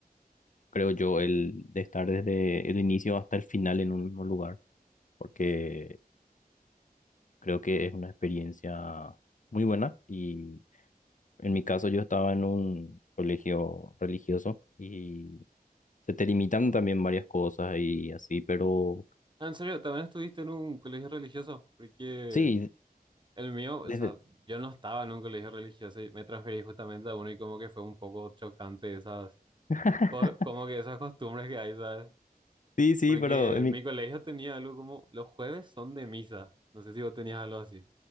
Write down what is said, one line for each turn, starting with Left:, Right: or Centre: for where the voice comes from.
Left: creo yo, el de estar desde el inicio hasta el final en un mismo lugar, porque creo que es una experiencia muy buena y en mi caso yo estaba en un colegio religioso y se te limitan también varias cosas y así, pero
Right: Ah, en serio, también estuviste en un colegio religioso, porque
Left: sí.
Right: el mío, o
Left: Desde,
Right: sea, yo no estaba en un colegio religioso y me transferí justamente a uno y como que fue un poco chocante esas,
Left: <laughs>
Right: co- como que esas costumbres que hay, ¿sabes?
Left: Sí, sí,
Right: Porque
Left: pero en mi...
Right: mi colegio tenía algo como, los jueves son de misa, no sé si vos tenías algo así.